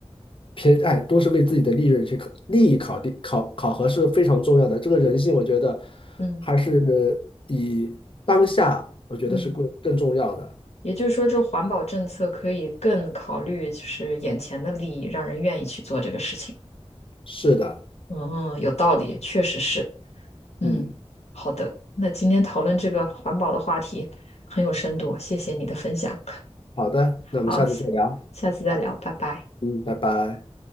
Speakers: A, on the left; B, on the left.
A: 偏，哎，都是为自己的利润去考，利益考虑考考核是非常重要的。这个人性，我觉得
B: 嗯
A: 还是以当下，我觉得是更更重要的。
B: 嗯，也就是说，这环保政策可以更考虑就是眼前的利益，让人愿意去做这个事情。
A: 是的，
B: 嗯，有道理，确实是。嗯，
A: 嗯。
B: 好的，那今天讨论这个环保的话题很有深度，谢谢你的分享。
A: 好的，那我们下次再聊。
B: 好，下下次再聊，拜拜。
A: 嗯，拜拜。